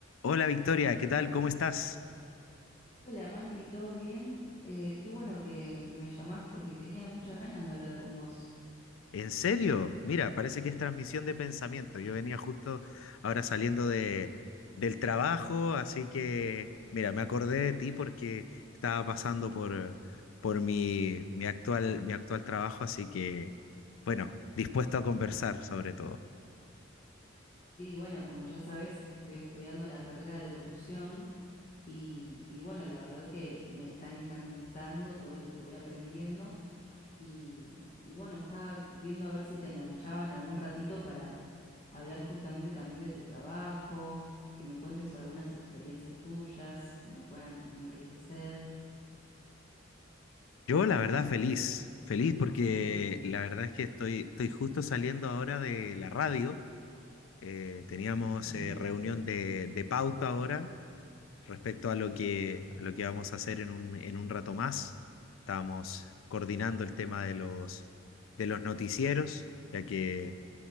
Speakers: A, on the left; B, on the left.
A: Hola Victoria, ¿qué tal? ¿Cómo estás?
B: Hola Mati, ¿todo bien? Eh, qué bueno que, que me llamás porque tenía muchas ganas de hablar con vos.
A: ¿En serio? Mira, parece que es transmisión de pensamiento. Yo venía justo ahora saliendo de, del trabajo, así que, mira, me acordé de ti porque estaba pasando por, por mi, mi actual, mi actual trabajo, así que, bueno, dispuesto a conversar sobre todo.
B: Sí, bueno, como ya sabés, estoy estudiando la carrera de locución y, y bueno, la verdad que me está encantando todo lo que voy aprendiendo y, y bueno, estaba viendo a ver si te enganchaban algún ratito para hablar justamente también de tu trabajo, que me cuentes algunas experiencias tuyas que me puedan enriquecer.
A: Yo, la verdad, feliz, feliz porque la verdad es que estoy, estoy justo saliendo ahora de la radio. Eh, teníamos
B: Sí.
A: eh, reunión de, de pauta ahora respecto a lo que, a lo que vamos a hacer en un, en un rato más. estamos coordinando el tema de los, de los noticieros, ya que